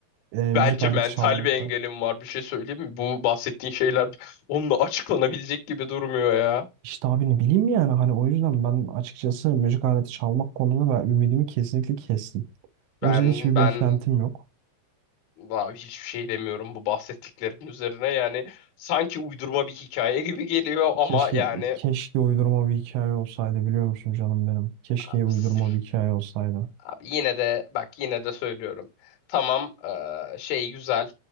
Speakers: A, on the right (about 80°); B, on the left (about 70°).
A: e, müzik
B: bence
A: aleti
B: mental
A: çalmakta.
B: bir engelim var bir şey söyleyeyim mi? Bu bahsettiğin şeyler onunla açıklanabilecek gibi durmuyor ya.
A: İşte abi ne bileyim yani hani o yüzden ben açıkçası müzik aleti çalmak konusunda ben ümidimi kesinlikle kestim.
B: Ben
A: Özel hiçbir
B: ben
A: beklentim yok.
B: abi hiçbir şey demiyorum bu bahsettiklerin üzerine yani sanki uydurma bir hikaye gibi geliyor ama
A: Keşke
B: yani
A: keşke uydurma bir hikaye olsaydı biliyor musun canım benim? Keşke
B: abi,
A: uydurma
B: s-
A: bir hikaye olsaydı.
B: abi yine de bak yine de söylüyorum. Tamam eee, şey güzel